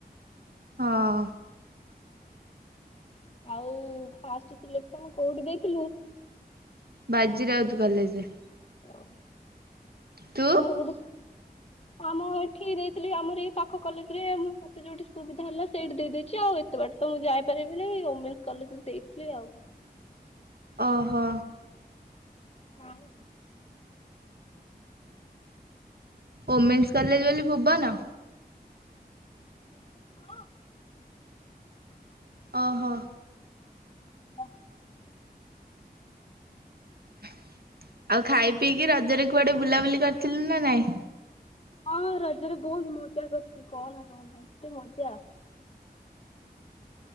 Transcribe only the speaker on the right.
ହଁ।
ବାଜିରାଉତ୍ କଲେଜରେ।
ତୁ?
ଓହୋ!
ଓମେନ୍ସ କଲେଜ ବୋଲି ଭୁବନ!
ଅହୋ।
ଆଉ, ଖାଇ ପିଇକି ରଜରେ କୁଆଡେ ବୁଲାବୁଲି କରିଥିଲୁ ନା ନାଇଁ?